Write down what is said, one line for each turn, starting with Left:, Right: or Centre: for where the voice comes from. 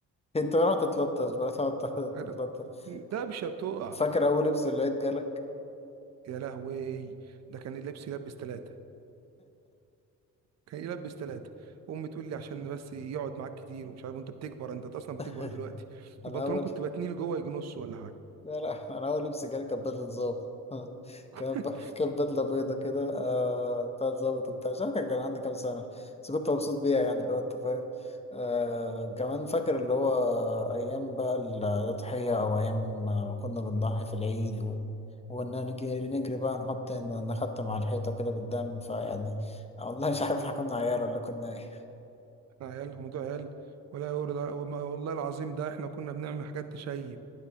Left: أنت رحت تتلطش بقى تقعد تتلطش
Right: أنا- دبشه بتقع
Left: فاكر أول لبس اللي لقيت جالك؟
Right: يا لهوي ده كان اللبس يلبس ثلاثه كان يلبس ثلاثة أمي تقول لي عشان بس يقعد معاك كتير ومش عارف وأنت بتكبر أنت أصلا بتكبر
Left: <laughs>
Right: دلوقتي
Left: أنا
Right: البنطلون
Left: أول
Right: كنت بتنيه لجوه يجي نص ولا حاجة
Left: لا لا انا اول لبس جالي كانت بدله ظابط <laughs>
Right: <laughs>
Left: كانت ب- كانت بدله بيضه كده آه بتاعت ظابط وبتاع مش عارف كان عندي كام سنه بس كنت مبسوط بيها يعني اللي هو انت فاهم آه كمان فاكر اللي هو ايام بقى الاضحيه او ايام ما كنا بنضحي في العيد و... ونجري نجري بقى نحط نحط مع الحيطه كده بالدم فيعني والله مش عارف احنا كنا عيال ولا كنا ايه
Right: احنا عيال الموضوع عيال ولا يورد على- وما- والله العظيم ده احنا كنا بنعمل حاجات تشيب